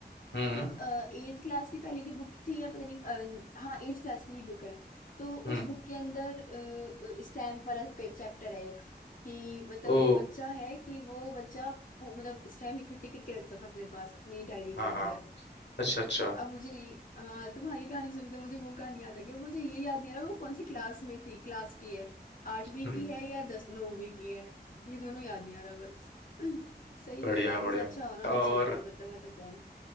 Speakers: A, on the left; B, on the left.
A: हम्म
B: मतलब एट्थ क्लास की पहले की बुक थी या पता नहीं अ, हाँ एट्थ क्लास की ही बुक है तो
A: हम्म
B: उस बुक के अंदर स्टैम्प वाला चैप्टर है एक कि मतलब
A: ओ
B: एक बच्चा है कि वो बच्चा वो, मतलब स्टैम्प इकट्ठे करके रखता था अपने पास अपनी डायरी
A: हाँ
B: के अंदर
A: हाँ अच्छा अच्छा
B: अब मुझे ये अ, तुम्हारी कहानी सुनकर मुझे वो कहानी याद आ गया मुझे ये याद नहीं आ रहा वो कौन सी क्लास में थी क्लास की है आठवीं
A: हम्म
B: की है या दस नौवीं की है ये दोनों याद नहीं आ रहा बस <laughs> सही
A: बढ़िया
B: है यार
A: बढ़िया
B: वैसे अच्छा होना भी
A: और
B: चाहिए मतलब मैं तो कहूँ